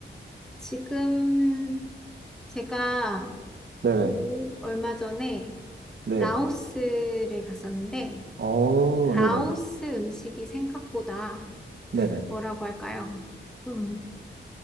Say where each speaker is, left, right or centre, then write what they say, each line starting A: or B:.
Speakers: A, in the centre; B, on the right.
A: 지금 제가
B: 네네.
A: 그 얼마 전에
B: 네.
A: 라오스를 갔었는데,
B: 어,
A: 라오스
B: 네네.
A: 음식이 생각보다
B: 네네.
A: 뭐라고 할까요? 좀